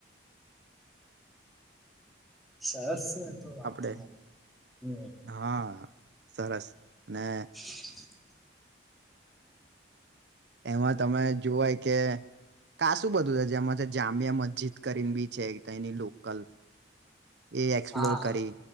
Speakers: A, in the centre; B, on the right (about 65°).
A: સરસ આ તો વાત
B: આપડે
A: તમારી હમ
B: હા સરસ અને
A: <inaudible>
B: એમાં તમે જોવાય કે કાસું બધું છે જેમાંથી જામિયા મસ્જિદ કરીને બી છે એક એની લોકલ એ એક્સપ્લોર
A: હા
B: કરી